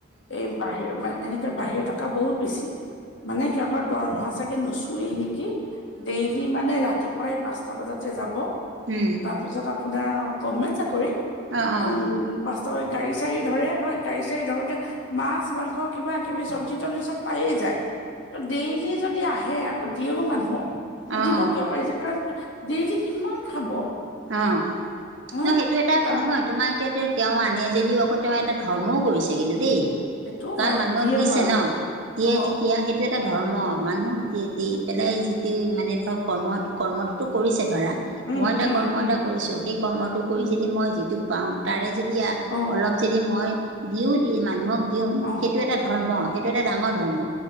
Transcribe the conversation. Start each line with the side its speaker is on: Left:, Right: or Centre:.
Left: এই বাহিৰ মান এনেকে বাহিৰা টকা থকা বহুত বেছি। মানে সিহঁতৰ দৰমহা চাগৈ নুচোৱেই নেকি? কি? ডেইলি মানে ৰাতিপুৱাই পাঁচটা বজাতে যাব।
Right: উম
Left: তাৰপিছত আপোনাৰ গভমেন্ট চাকৰি
Right: অঁ অঁ অঁ অঁ
Left: উম বাস্তৱে গাড়ী, চাৰি ধৰে হয়েই গাড়ী চাৰি ধৰোতে মাছ মাংস কিবা কিবি চ'ব জিটবলিষ্ট পিছত পায়ে যায়। ত' ডেইলি যদি আহে আকৌ দিয়েও মানুহক
Right: অঁ অঁ
Left: দিব কিয় পাৰিছে, কাৰণ ডেইলি কিমান খাব।
Right: অ'
Left: হা
Right: ন সেই- টো এটা
Left: তা
Right: নহয় তোমাৰ এতিয়াতো তেওঁ আনে যদিওঁ আকৌ' তেওঁ এটা ধৰ্মও কৰিছে কিন্তু দেই।
Left: সেইটো
Right: কাৰণ
Left: হয়
Right: মানুহক
Left: দিয়ে
Right: দিছে
Left: বাৰু
Right: ন, দিয়ে
Left: অ
Right: যে সেয়া সেইটো এটা ধৰ্ম, মানুহক দি পেলাই যিটো মানে ধৰক কৰ্মত কৰ্মটোতো কৰিছে ধৰা,
Left: উম
Right: মই এটা
Left: উম
Right: কৰ্ম
Left: উম
Right: এটা কৰিছোঁ সেই কৰ্মটো কৰি
Left: উম
Right: যদি মই পাওঁ তাৰে যদি
Left: অ
Right: অলপ যদি মই দিও দি মানুহক দিওঁ।
Left: অ
Right: সেইটো এটা ধৰ্ম সেইটো এটা ডাঙৰ ধৰ্ম